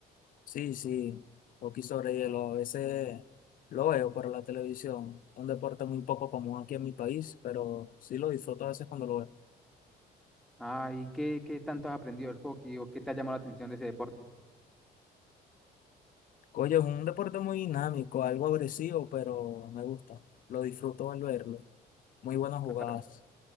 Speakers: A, on the left; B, in the centre.
A: Sí, sí, hockey sobre hielo, a veces lo veo por la televisión, un deporte muy poco común aquí en mi país, pero sí lo disfruto a veces cuando lo veo.
B: Ah, ¿y qué, qué tanto has aprendido del hockey o qué te ha llamado la atención de ese deporte?
A: Oye, es un deporte muy dinámico, algo agresivo, pero me gusta, lo disfruto al verlo, muy buenas jugadas.
B: Claro,